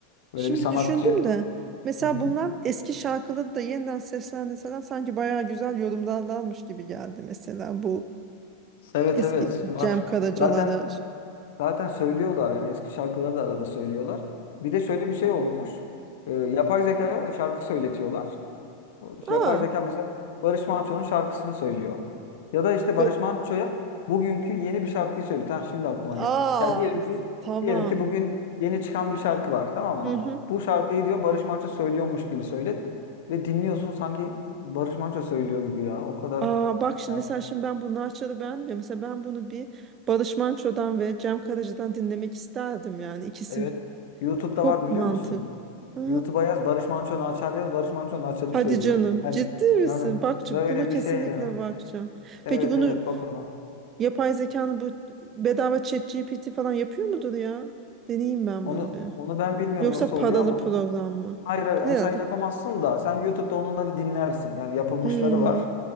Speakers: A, on the left; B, on the right.
A: böyle
B: Şimdi
A: bir sanatçı.
B: düşündüm de mesela
A: Hı-hı.
B: bunlar eski şarkıları da yeniden seslendirseler sanki bayağı güzel yorumlarlarmış gibi geldi mesela bu
A: Evet
B: Eski
A: evet var.
B: Cem Karaca'larda.
A: Zaten zaten söylüyorlar yani eski şarkıları da arada söylüyorlar. Bir de şöyle bir şey olmuş. Ee, yapay zekaya şarkı söyletiyorlar. O işte
B: Aa,
A: Yapay zeka mesela Barış Manço'nun şarkısını söylüyor. Ya da işte
B: be-
A: Barış Manço'ya bugünkü yeni bir şarkıyı söylüyor. Ha, şimdi aklıma
B: aa,
A: geldi. Ya diyelim ki
B: tamam.
A: diyelim ki bugün yeni çıkan bir şarkı var tamam mı?
B: Hı hı.
A: Bu şarkıyı diyor Barış Manço söylüyormuş gibi söylet ve dinliyorsun sanki Barış Manço söylüyor gibi ya. O kadar
B: Aa, bak şimdi
A: yani
B: mesela şimdi ben bu Narçar'ı beğenmiyorum. Mesela ben bunu bir Barış Manço'dan ve Cem Karaca'dan dinlemek isterdim yani. İkisi
A: evet. YouTube'da
B: çok
A: var biliyor
B: mantık.
A: musun?
B: Ha,
A: YouTube'a yaz Barış Manço Naçar yaz Barış Manço Naçar'ı
B: hadi
A: söylüyor.
B: canım,
A: <laughs> Yani
B: ciddi misin?
A: yani
B: Bak
A: böyle
B: buna kesinlikle
A: bir şey ya.
B: bakacağım.
A: Evet
B: Peki bunu
A: evet bak ona.
B: yapay zekanın bu bedava ChatGPT falan yapıyor mudur ya? Deneyeyim ben
A: Onu
B: bunu bir.
A: onu ben bilmiyorum
B: Yoksa
A: nasıl
B: paralı
A: oluyor ama.
B: program mı?
A: Hayır hayır onu
B: Herhalde.
A: sen yapamazsın da sen YouTube'da onları dinlersin. Yani yapılmışları
B: Hmm,
A: var.